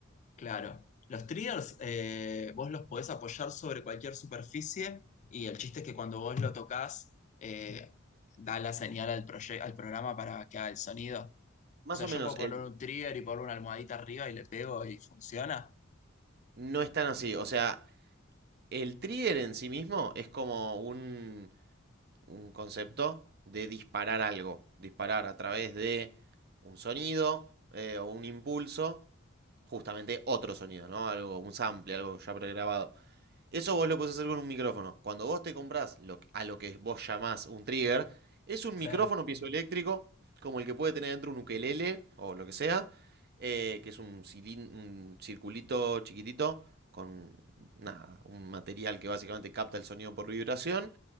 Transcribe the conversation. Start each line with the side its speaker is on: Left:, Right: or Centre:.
Left: claro. Los triggers eh, vos los podés apoyar sobre cualquier superficie y el chiste es que cuando vos lo tocas eh, da la señal al, proye- al programa para que haga el sonido.
Right: Más
Left: O sea,
Right: o
Left: yo
Right: menos,
Left: puedo poner
Right: el,
Left: un trigger y poner una almohadita arriba y le pego y funciona.
Right: no es tan así. O sea, el trigger en sí mismo es como un, un concepto de disparar algo, disparar a través de un sonido eh, o un impulso, justamente otro sonido, ¿no? Algo, un sample, algo ya pregrabado. Eso vos lo podés hacer con un micrófono. Cuando vos te comprás lo que- a lo que vos llamás un trigger, es un
Left: Sí,
Right: micrófono piezoeléctrico, como el que puede tener dentro un ukelele o lo que sea, eh, que es un, un circulito chiquitito con nada, un material que básicamente capta el sonido por vibración